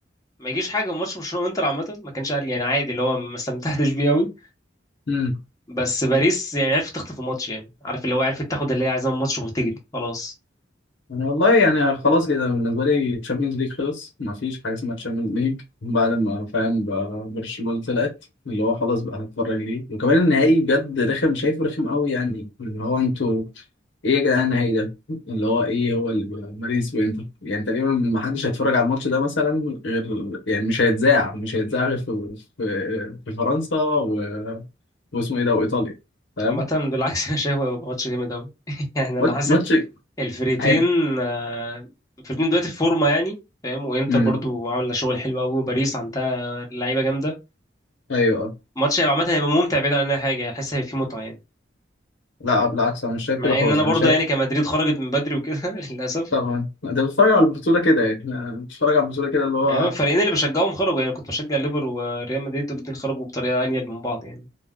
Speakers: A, on the left (about 20°); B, on the left (about 80°).
A: ما يجيش حاجه من ماتش برشلونه وانتر عامه ما كانش قال يعني عادي اللي هو ما استمتعتش بيه قوي
B: امم
A: بس باريس يعني عرفت تخطف الماتش يعني عارف اللي هو عرفت تاخد اللي هي عايزاه من الماتش وتجري خلاص
B: انا والله يعني خلاص كده بالنسبه لي تشامبيونز ليج خلص ما فيش حاجه اسمها تشامبيونز ليج بعد ما فاهم بقى برشلونه طلعت اللي هو خلاص بقى هتفرج ليه وكمان النهائي بجد رخم شايفه رخم قوي يعني اللي هو انتوا ايه يا جدعان النهائي ده اللي هو ايه هو اللي بقى باريس وانتر يعني تقريبا ما حدش هيتفرج على الماتش ده مثلا غير يعني مش هيتذاع مش هيتذاع غير في في, في فرنسا و... واسمه ايه ده وايطاليا فاهم
A: عامه بالعكس <laughs> انا شايفه هيبقى ماتش جامد قوي <laughs> يعني انا
B: مات-
A: حاسس
B: ماتش
A: الفريقين
B: هيب
A: آه، الفريقين دلوقتي في فورمه يعني فاهم وانتر
B: امم
A: برضو عامله شغل حلو قوي وباريس عندها لعيبه جامده
B: ايوه آه.
A: الماتش هيبقى عامه هيبقى ممتع بعيد عن اي حاجه يعني حاسس هيبقى فيه متعه يعني
B: لا بالعكس انا مش شايف
A: مع
B: كده خالص
A: ان انا
B: انا
A: برضو
B: شايف
A: يعني كمدريد خرجت من بدري وكده <laughs> للاسف
B: طبعا انت بتتفرج على البطوله كده يعني أنا بتتفرج على البطوله كده اللي هو
A: يعني أنا الفريقين اللي بشجعهم خرجوا يعني كنت بشجع ليفر وريال مدريد والاتنين خرجوا بطريقه انيل من بعض يعني